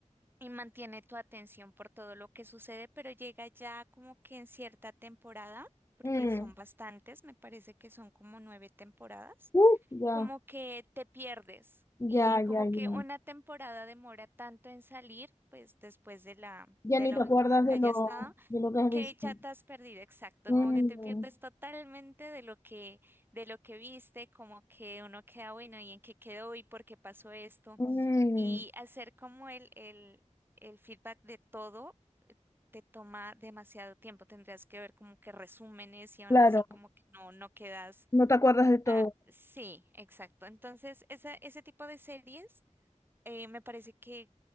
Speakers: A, on the right; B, on the left.
A: y mantiene tu atención por todo lo que sucede, pero llega ya como que en cierta temporada, porque
B: Mm.
A: son bastantes, me parece que son como nueve temporadas,
B: Uh, ya,
A: como que te pierdes y
B: ya,
A: como
B: ya, ya.
A: que una temporada demora tanto en salir, pues después de la
B: Ya
A: de
B: ni
A: la
B: te
A: última
B: acuerdas
A: que
B: de
A: haya
B: lo,
A: estado,
B: de lo que has
A: que
B: visto.
A: ya te has perdido, exacto,
B: Mm,
A: como que te pierdes totalmente de lo que de lo que viste, como que uno queda bueno y en qué quedó y por qué pasó esto.
B: mm,
A: Y hacer como el, el, el feedback de todo te toma demasiado tiempo. Tendrías que ver como que resúmenes y aún
B: claro,
A: así como que no, no quedas.
B: no te acuerdas de todo.
A: ah, sí, exacto. Entonces, esa, ese tipo de series eh, me parece que